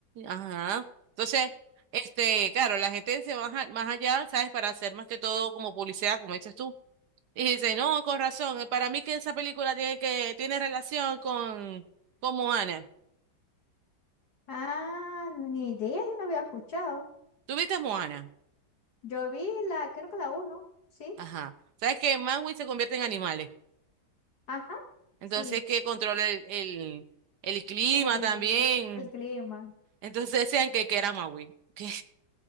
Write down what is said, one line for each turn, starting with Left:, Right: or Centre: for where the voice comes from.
Right: ajá. Entonces, este, claro, la gente se va a- más allá, ¿sabes? Para hacer más que todo como publicidad, como dices tú. Y dice, no, con razón, eh, para mí que esa película tiene que, tiene relación con, con Moana.
Left: Ah, ni idea, yo no había escuchado.
Right: ¿Tú viste Moana?
Left: Yo vi la, creo que la uno, ¿sí?
Right: Ajá. ¿Sabes que Maui se convierte en animales?
Left: Ajá,
Right: Entonces,
Left: sí,
Right: que controla el, el, el clima
Left: el,
Right: también.
Left: el clima.
Right: Entonces decían que, que era Maui. <laughs> que-